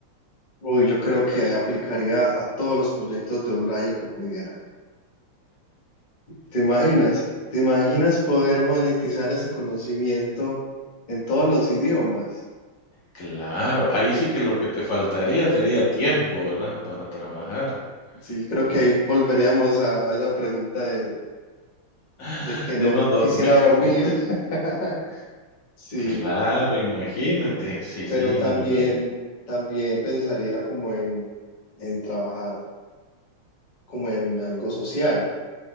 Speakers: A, on the left (about 80°); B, on the left (about 65°).
A: Uy, yo creo que aplicaría a todos los proyectos de Outlier que pudiera. ¿Te imaginas? ¿Te imaginas poder monetizar ese conocimiento en todos los idiomas?
B: Claro, ahí sí que lo que te faltaría sería tiempo, ¿verdad? Para trabajar,
A: Sí, creo
B: porque
A: que ahí volveríamos
B: <gasps>
A: a, a esa pregunta de,
B: <laughs>
A: de que
B: de
A: no
B: no dormir.
A: quisiera dormir. <laughs> Sí,
B: Claro, imagínate. Sí,
A: pero
B: sí,
A: también,
B: muy bien.
A: también pensaría como en, en trabajar como en algo social,